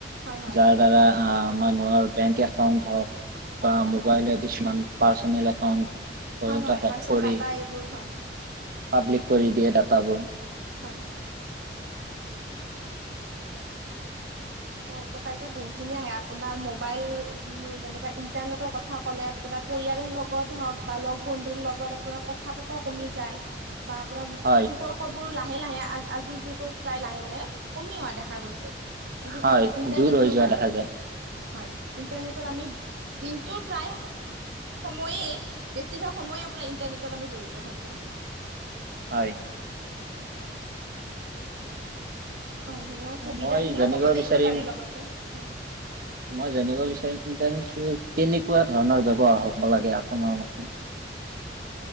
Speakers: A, on the right; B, on the right.
A: হয় হয়
B: যাৰ দ্বাৰা আঁ মানুহৰ বেংক একাউণ্ট হওঁক বা মোবাইলে
A: হয়
B: কিছুমান পাৰ্চনেল একাউণ্ট
A: হয় হয়
B: <unintelligible> হেক
A: পাৰ্চনেল
B: কৰি,
A: ডাটা এইবোৰ হয় হয়
B: পাব্লিক কৰি দিয়ে ডাটাবোৰ।
A: হয়! <unintelligible> অপকাৰীতা বহুখিনিয়ে আহে। আপোনাৰ মো'বাইল, যেনেকুৱা ইণ্টাৰনেটৰ কথা ক'লে আপোনাৰ পৰিয়ালৰ লগত হওঁক বা লগ বন্ধুৰ লগত আপোনাৰ কথা বতৰা কমি যায়। বা আপোনাৰ সম্পৰ্ক
B: হয়
A: সম্পৰ্কবোৰ লাহে লাহে আ আজিৰ যুগত প্ৰায়, লাহে লাহে কমি অহা দেখা গৈছে। বিশেষকে,
B: হয়
A: আপুনাৰ ইণ্টাৰনেটটোৰ
B: দূৰ হৈ যোৱা
A: কাৰণে?
B: দেখা যায়
A: হয়! ইণ্টাৰনেট <unintelligible> আমি দিনটো প্ৰায় স সময়ে, বেছিভাগ সময়ে আপোনাৰ, ইন্টাৰনেটত আমি জড়িত থাকোঁ।
B: হয়!
A: হয়! সেইখিনিও। সুবিধা
B: মই
A: খিনিও
B: জানিব
A: ক'ব লাগিব
B: বিচাৰিম
A: তাৰে লগতে। হয়
B: মই জানিব বিচাৰিম, ইণ্টাৰনেটটো কেনেকুৱা ধৰণৰ ব্যৱহাৰ হ'ব লাগে আপোনাৰ মতে?